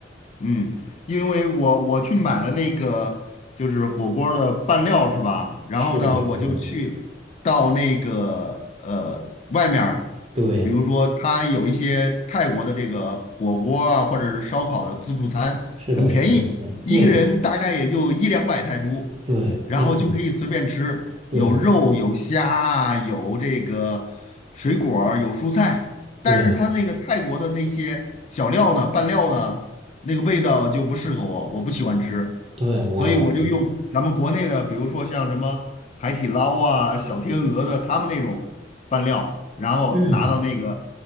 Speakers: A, on the left; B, on the right.
A: 嗯，因为我我去买了那个就是火锅儿的拌料是吧？然后呢，
B: 是的，是的。
A: 我就去到那个呃外面儿
B: 对，
A: 比如说它有一些泰国的这个火锅啊，或者是烧烤的自助餐，
B: 是的，
A: 很便宜，
B: 是的，是的，
A: 一个人大概也就一两百泰铢，
B: 对，我对，
A: 然后就可以随便吃，
B: 那个你，对，
A: 有肉有虾啊，有这个水果儿有蔬菜，但是它那个泰国的那些小料呢，
B: 对，
A: 拌料呢。那个味道就不适合我，我不喜欢吃，
B: 对，我，
A: 所以我就用咱们国内的，
B: 我，
A: 比如说像什么海底捞啊、小天鹅的他们那种拌料，然后拿到那个
B: 嗯，